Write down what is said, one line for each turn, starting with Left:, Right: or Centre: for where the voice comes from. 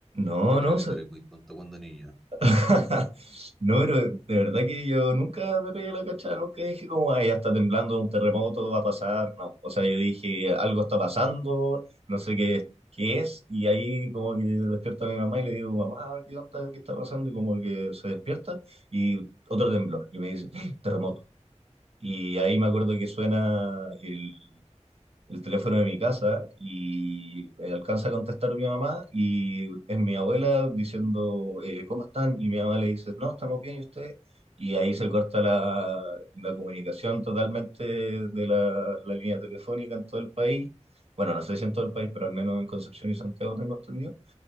Right: No,
Centre: Yo
Right: no,
Centre: creo que tú eres muy tonto cuando niño.
Right: <laughs> No, pero de verdad que yo nunca me pegué la cachada, nunca dije como, ay, ya está temblando, un terremoto va a pasar, no. O sea, yo dije, algo está pasando, no sé qué, qué es, y ahí como que despierta mi mamá y le digo, mamá, ¿qué onda? ¿Qué está pasando? Y como que se despierta y otro temblor, y me dice, "Ah, terremoto. Y ahí me acuerdo que suena el, el teléfono de mi casa y eh, alcanza a contestar mi mamá y es mi abuela diciendo, eh, ¿cómo están? Y mi mamá le dice, no, estamos bien, ¿y usted? Y ahí se corta la, la comunicación totalmente de la, la línea telefónica en todo el país. Bueno, no sé si en todo el país, pero al menos en Concepción y Santiago tengo entendido.